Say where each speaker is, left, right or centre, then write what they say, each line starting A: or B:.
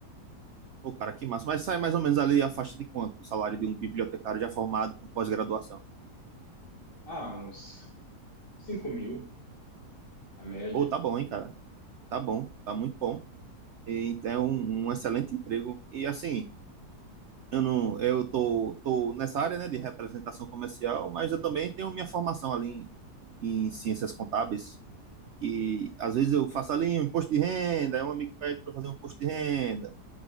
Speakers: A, on the right; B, on the left.
A: Pô, cara, que massa. Mas sai mais ou menos ali a faixa de quanto? O salário de um bibliotecário já formado com pós-graduação.
B: Ah, uns 5 mil, a média.
A: Pô, tá bom, hein, cara? Tá bom, tá muito bom. E é um, um excelente emprego. E assim, eu não, eu tô, tô nessa área, né, de representação comercial, mas eu também tenho minha formação ali em, em ciências contábeis, que às vezes eu faço ali um imposto de renda, aí um amigo pede para fazer um imposto de renda.